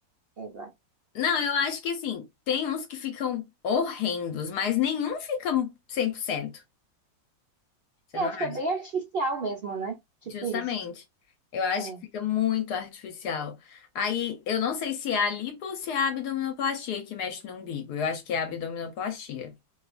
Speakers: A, on the right (about 85°); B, on the left (about 65°).
A: sei lá.
B: Não, eu acho que assim, tem uns que ficam horrendos, mas nenhum fica 100%. Você
A: É,
B: não
A: fica
B: acha?
A: bem artificial mesmo, né? Tipo
B: Justamente.
A: isso.
B: Eu acho
A: é.
B: que fica muito artificial. Aí, eu não sei se é a lipo ou se é a abdominoplastia que mexe no umbigo. Eu acho que é a abdominoplastia.